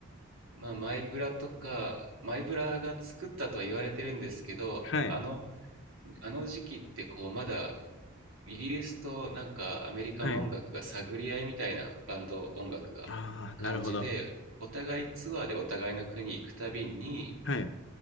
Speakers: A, on the right; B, on the left.
A: まあ、マイブラとか、マイブラが作ったとは言われてるんですけど、
B: はい、
A: あの、あの時期ってこう、まだイギリスとなんかアメリカの音楽が探り合いみたいなバンド音楽が感じで、
B: はい。ああ、なるほど。
A: お互いツアーでお互いの国行くたびに、
B: はい。